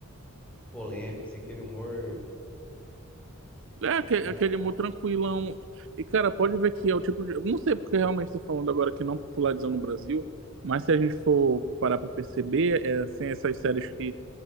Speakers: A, in the centre; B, on the right.
A: polêmico, assim, aquele humor,
B: É, aquele,
A: né?
B: aquele humor tranquilão. E, cara, pode ver que é o tipo de. eu Não sei porque realmente você falando agora que não popularizou no Brasil, mas se a gente for parar pra perceber, é, assim, essas séries que,